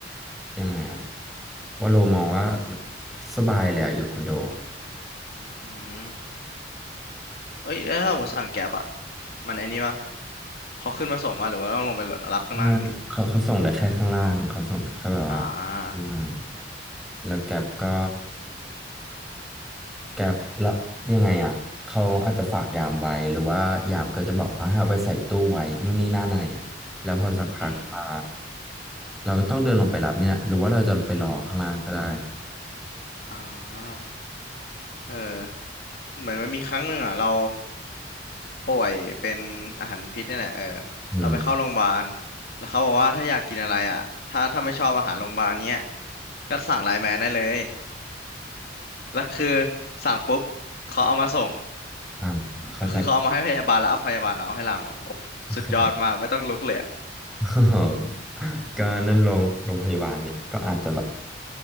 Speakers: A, in the centre; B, on the left (about 55°).
A: ยังไงอ่ะว่าโลมองว่าสบายเลยอะอยู่คอนโดล
B: อืม เอ้ยแล้วถ้าผมสั่งแก๊บอะมันไอ้นี่ปะเขาขึ้นมาส่งมาหรือว่าต้องลงไปรับข้างล่างดิ
A: ่างเขาเขาส่งได้แค่ข้างล่างเขาส่งได้แค่แบบว่าข้างล่าง
B: อ่า
A: แล้วแกป็ก็แกป็แล้วยังไงอ่ะเขาอาจจะฝากยามไว้หรือว่ายามก็จะบอกว่าให้เอาไปใส่ตู้ไว้นู่นนี่นั่นอะไรอ่ะแล้วพอสักพักอ่า
B: อืม
A: เราก็ต้องเดินลงไปรับนี่แหละหรือว่าเราจะไปรอข้างล่างก็ได้
B: อ่าเออเหมือนมันมีครั้งหนึ่งอ่ะเราป่วยเป็นอาหารพิษนี่แหละเออ
A: อืม
B: เราไปเข้าโรงพยาบาลแล้วเขาบอกว่าถ้าอยากกินอะไรอ่ะถ้าถ้าไม่ชอบอาหารโรงพยาบาลเนี้ยก็สั่งไลน์แมนได้เลย <laughs> แล้วคือสั่งปุ๊บ เขาเอามาส่ง
A: อ่าเข้าใจ
B: ก็คือเขาเอามาให้พยาบาลแล้วเอาพยาบาลเอาให้หลังโอ้สุดยอดมากไม่ต้องลุกเลย
A: <laughs> โอเค <laughs> ก็นั่นโรงโรงพยาบาลเนี่ยก็อาจจะแบบ